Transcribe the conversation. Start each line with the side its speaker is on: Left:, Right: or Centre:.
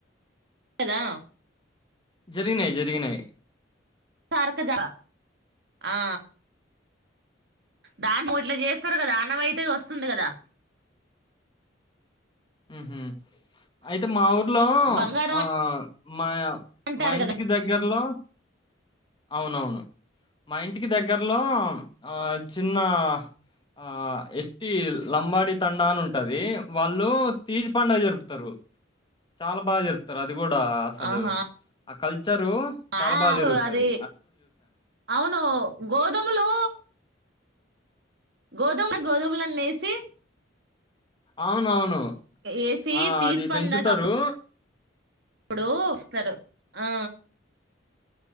Right: కదా
Left: జరిగినాయ్ జరిగినాయ్
Right: సారక్క జ ఆ దాన్ని పో ఇట్ల చేస్తారు కదా ఆనవాయితిగొస్తుంది కదా
Left: ఉహూ అయితే మా ఊర్లో
Right: బంగారం
Left: ఆ మయా
Right: అంటారు
Left: మా ఇంటికి
Right: గదా! హ్మ్.
Left: దగ్గర్లో అవునవును మా ఇంటికి దగ్గరలో ఆ చిన్న ఆ ఎస్టి లంబాడి తండా అని ఉంటది వాళ్ళు తీజు పండుగ జరుపుతారు చాలా బాగా జరుపుతారు అ అది కూడా అసలు
Right: ఆహా!
Left: ఆ కల్ చరు చాలా
Right: ఆ!
Left: బాగా జరుగుతాది
Right: అది అవును గోధుములు గోధుమ గోధుమలన్నేసి
Left: అవునవును
Right: ఏసి
Left: ఆ
Right: తీచి
Left: అది
Right: పందాగప్పుడు
Left: పెంచుతారు
Right: ఇప్పుడు వస్తరు ఆ